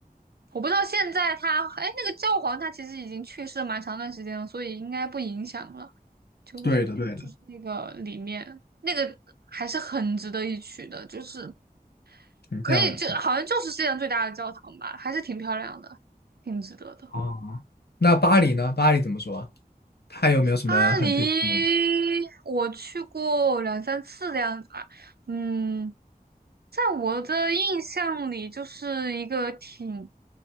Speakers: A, on the right; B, on the left.
A: 我不知道现在他，哎，那个教皇他其实已经去世了蛮长段时间了，所以应该不影响了。就
B: 对的对的，
A: 就是那个里面那个还是很值得一去的，就是
B: 很漂亮的。
A: 可以就好像就是世界上最大的教堂吧，还是挺漂亮的，挺值得的。
B: 哦，那巴黎呢？巴黎怎么说啊？它有没有什么很推荐的？
A: 巴黎我去过两三次的样子吧，嗯，在我的印象里，就是一个挺